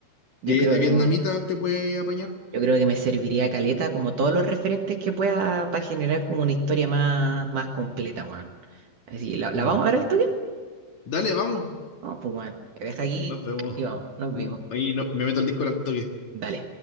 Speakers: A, on the right; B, on the left.
A: Yo
B: eh,
A: creo,
B: de vietnamita te puede apañar.
A: Yo creo que me serviría caleta como todos los referentes que pueda para generar como una historia más, más completa, weón. Así, ¿la, la
B: Mm.
A: vamos a ver al toque?
B: Dale, vamos.
A: Vamos, pues, weón. Me deja aquí
B: Nos vemos.
A: y vamos, nos vimos.
B: Ahí no, me meto al disco al toque.
A: Dale.